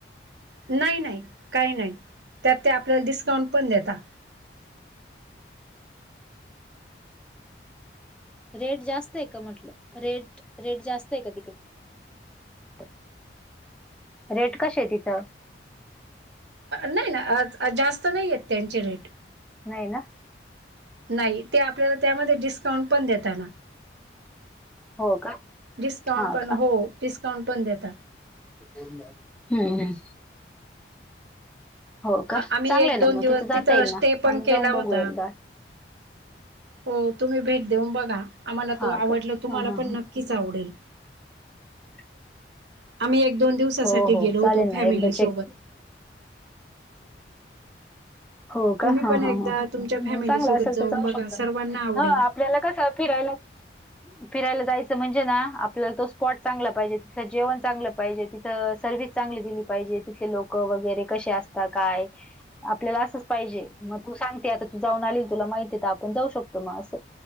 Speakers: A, on the right; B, in the centre.
A: नाही नाही काही नाही त्यात ते आपल्याला डिस्काउंट पण देतात.
B: रेट जास्त आहे का म्हटलं रेट रेट जास्त आहे का तिकड रेट कश आहे तिथं.
A: नाही ना जास्त नाहीयेत त्यांचे रेट.
B: नाही ना.
A: नाही ते आपल्याला त्यामध्ये डिस्काउंट पण देताना.
B: हो का
A: डिस्काउंट
B: हा
A: पण
B: का
A: हो डिस्काउंट पण देतात.
B: हम्म हम्म. हो का
A: आम्ही
B: चांगलंय
A: एक
B: ना
A: दोन
B: मग
A: दिवस
B: तिथं जाता येईल ना
A: स्टे पण
B: आम्ही
A: केला
B: जाऊन बघू
A: होता.
B: एकदा
A: हो तुम्ही भेट देऊन बघा आम्हाला
B: हा
A: तो आवडल
B: का
A: तुम्हाला
B: हा हा
A: पण नक्कीच आवडेल.
B: ह.
A: आम्ही एक दोन दिवसासाठी
B: हो हो
A: गेलो
B: चालेल
A: होतो
B: ना
A: फॅमिली
B: एकदा चेक
A: सोबत.
B: हो का
A: तुम्ही
B: ह
A: पण
B: ह
A: एकदा
B: ह
A: तुमच्या फॅमिली
B: चांगला
A: सोबत
B: असेल
A: जाऊन
B: तर जाऊ
A: बघा
B: शकत
A: सर्वांना आवडेल.
B: ह. जला कसं फिरायला फिरायला जायचं म्हणजे ना आपल्याला तो स्पॉट चांगला पाहिजे. तिथलं जेवण चांगलं पाहिजे. तर सर्वविस चांगली दिली पाहिजे. तिथले लोक वगैरे कसे असतात काय. आपल्याला असंच पाहिजे मग तू सांगते आता तू जाऊन आलील तुला माहिती आहे तर आपण जाऊ शकतो मग असं.